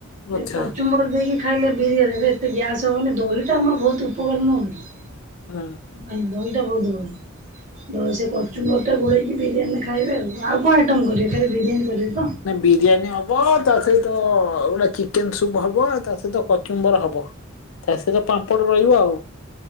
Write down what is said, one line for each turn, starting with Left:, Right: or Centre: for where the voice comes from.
Left: ଆଚ୍ଛା
Right: ସେ କଚୁମ୍ବର ଦେଇକି ଖାଇଲେ ବିରିୟାନୀରେ ଏତେ ଗ୍ୟାସ୍ ହବନି ଦହିଟା ଆମର ବହୁତ ଉପକାର ନୁହଁ କି।
Left: ହୁଁ।
Right: ଏଇ ଦହିଟା ବହୁତ ଭଲ। ତ ସେ କଚୁମ୍ବରଟା ଗୋଳେଇକି ବିରିୟାନୀରେ ଖାଇବେ ଆଉ, ଆଉ କ'ଣ ଆଇଟମ୍ କରିବେ? ଖାଲି ବିରିୟାନୀ କରିବେ ତ?
Left: ନାଇଁ ବିରିୟାନୀ ଆଉ ହବ ତା ସହିତ ଗୋଟେ ଚିକେନ ସୁପ୍ ହବ ଆଉ ତା ସହିତ କଚୁମ୍ବର ହବ। ତା ସହିତ ପାମ୍ପଡ ରହିବ ଆଉ।